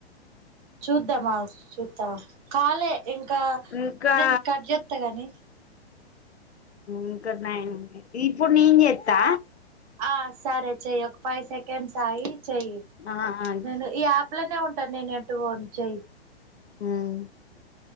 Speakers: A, on the right; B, on the left.
A: చూద్దాం ఆగు చు కాలే ఇంకా
B: ఇంకా
A: నేను కట్ చేస్తాగాని
B: ఇంకా నైన్ ఉన్నాయి ఇప్పుడు నేను చేస్తా
A: ఆ సరే చెయ్యి ఒక ఫైవ్ సెకండ్స్ అగ్గి చెయ్యి
B: ఆ ఆ
A: నేను ఈ యాప్ లోనే ఉంటా ఇంటర్ నెట్టుగా వచ్చెయి
B: హ